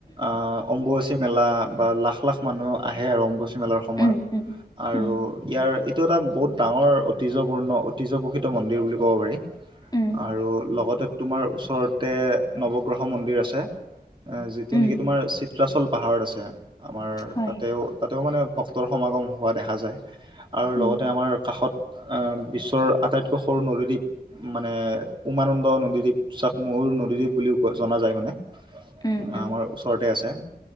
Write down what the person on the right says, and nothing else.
আ অম্বুবাচী মেলা বা লাখ লাখ মানুহ আহে আৰু অম্বুবাচি মেলাৰ সময়ত
আৰু
ইয়াৰ ই এইটো এটা বহুত ডাঙৰ ঐতিহ্যপূৰ্ণ ঐতিহ্য প্ৰসিত মন্দিৰ বুলি ক'ব পাৰি।
আৰু লগতে তোমাৰ ওচৰতে নৱগ্ৰহ মন্দিৰ আছে। আ যিটো
নেকি তোমাৰ চিত্ৰাচল পাহাৰত আছে। আমাৰ
তাতেও তাতেও মানে ভক্তৰ সমাগম হোৱা দেখা যায় আৰু
লগতে আমাৰ কাষত আ বিশ্বৰ আটাইতকৈ সৰু নদীদ্বীপ মানে উমানন্দ নদীদ্বীপ, চাকমুৰ নদীদ্বীপ বুলিও জনা যায় মানে। আমাৰ
ওচৰতে আছে,